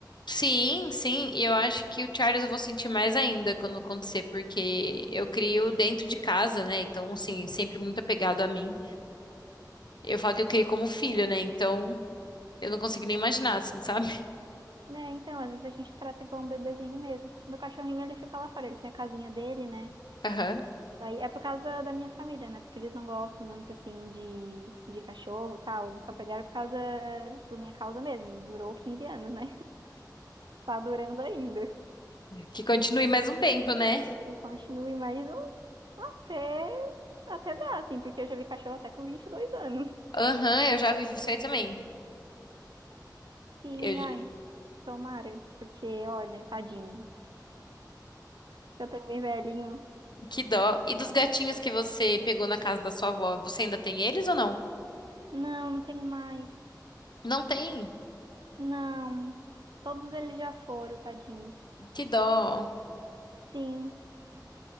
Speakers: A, on the left; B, on the right.
A: Sim, sim. E eu acho que o Charles eu vou sentir mais ainda quando acontecer, porque eu crio dentro de casa, né? Então, assim, sempre muito apegado a mim. Eu falo que eu criei como filho, né? Então, eu não consigo nem imaginar, assim, sabe?
B: É, então, às vezes a gente trata igual um bebezinho mesmo. Meu cachorrinho, ele fica lá fora, ele tem a casinha dele, né?
A: <laughs> Aham.
B: Daí é por causa da minha família, né? Porque eles não gostam muito, assim, de, de cachorro e tal. Eles só pegaram por causa, por minha causa mesmo. E durou 15 anos, né? Tá durando ainda.
A: Que continue mais um tempo, né?
B: E continue mais uns até, até dar, assim, porque eu já vi cachorro até com 22 anos.
A: Aham, eu já vivi isso aí também.
B: Sim,
A: Eu,
B: ai, tomara. Porque, olha, tadinho. Já tô bem velhinho.
A: Que dó. E dos gatinhos que você pegou na casa da sua avó, você ainda tem eles ou não?
B: Não, não tenho mais.
A: Não tem?
B: Não. Todos eles já foram, tadinhos.
A: Que dó.
B: Sim,